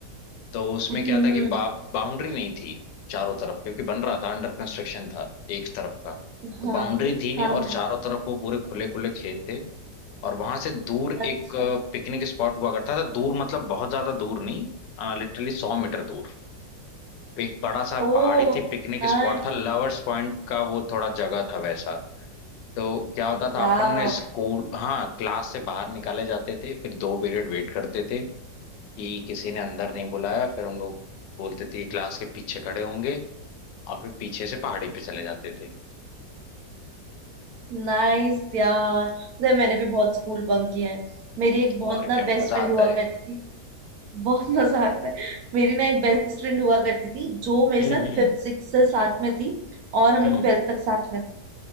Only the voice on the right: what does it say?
हम्म
हम्म,
हाँ
हाँ
हाँ
अच्छा
ओ
नाइस
वाह
नाइस यार पता है मैंने भी बहुत स्कूल बंक किया है मेरी एक बहुत
ना
बेस्ट
फ्रेंड
हुआ
करती थी बहुत मजा आता है मेरी ना एक बेस्ट फ्रेंड हुआ करती थी जो मेरे
साथ
फिफ्थ सिक्स से साथ में थी और हम
लोग ट्वेल्थ तक साथ में थे